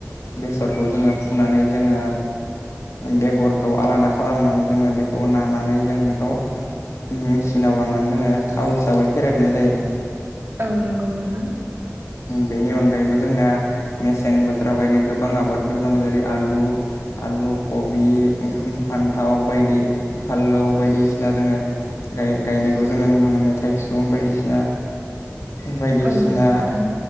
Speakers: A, on the left; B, on the right.
A: बेसरखौ जोङो फुनानै जोङो बेगरखौ आलादा खालामनानै जोङो बे खौ नानानै जों बेखौ, मेसिनाव लांनानै जोङो थाव हिसाबै फेरेेरनाय जायो।
B: औ नंगौ नोंथां।
A: बेनि अनगायैबो जोंना मेसें बोथोराव गायनाय गोबां आबादफोर दं जेरै आलु आलु कबि, फान्थाव बायदि फानलौ बायदिसिना जोङो गाय गायनायखौ जोङो नुनो मोनो थाइसुम बायदिसिना बायदिसिना
B: औ नंगौ नोंथां